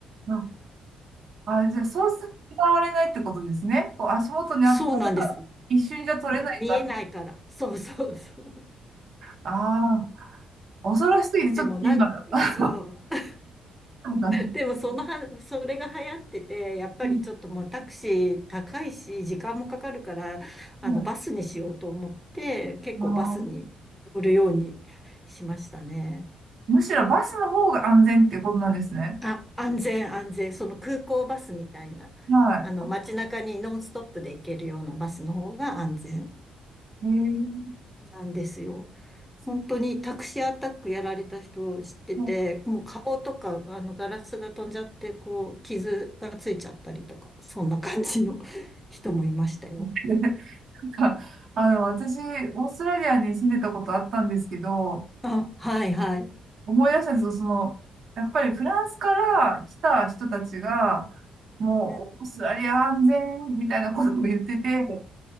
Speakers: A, on the right; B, in the centre.
A: あ、あじゃあそうすると使われないってことですね。こう足元にあったら
B: そうなんです。
A: 一瞬じゃ取れないから。
B: うん見えないから。そうそうそう。
A: ああ、恐ろしすぎてちょっと今、
B: でもなん、
A: あ、
B: そう。
A: そうかな。
B: でもそのは、それが流行ってて、やっぱりちょっともうタクシー高いし、
A: うん、
B: 時間もかかるから、あの、
A: うん、
B: バスにしようと思って、結構バスに乗るようにしましたね。
A: あーむしろバスの方が安全っていうことなんですね。
B: あ、安全安全。その空港バスみたいな、
A: は
B: あの、街中にノンストップで行けるようなバスの方が安全
A: い。へえ、
B: なんですよ。
A: そ
B: 本当にタクシーアタックやられた人を知ってて、
A: うな
B: もう顔とか、あの、ガラスが飛んじゃって、こう、傷がついちゃったりとか、そんな感じの <laughs> 人もいましたよ。
A: んだ <laughs> なんか <laughs> あの、私、オーストラリアに住んでたことあったんですけど、
B: あ、はいはい。
A: 思い出したんですよ、その、やっぱりフランスから来た人たちが、もう、
B: うん、
A: オーストラリア安全みたいなことを言ってて、で